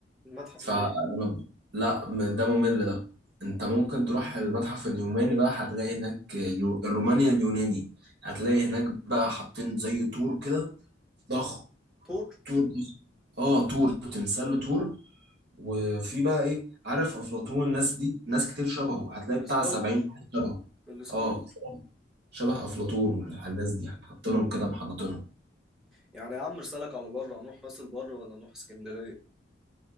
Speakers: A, in the centre; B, on the right.
A: المتحف
B: فانا
A: المائي
B: ب- لا م- ده ممل ده انت ممكن تروح المتحف اليوناني بقى هتلاقي هناك اليو- الروماني اليوناني هتلاقي هناك بقى حاطين زي طور كده ضخم
A: طور
B: طور اه طور تمثال طور وفي بقى ايه عارف افلاطون الناس دي ناس كتير شبهه هتلاقي
A: الاسكندر
B: بتاع 70 واحد شبهه
A: الاسكندر
B: اه شبه افلاطون والناس دي حاطينهم كده محنطينهم
A: يعني يا عم رسالك على بره هنروح راس البر ولا نروح اسكندريه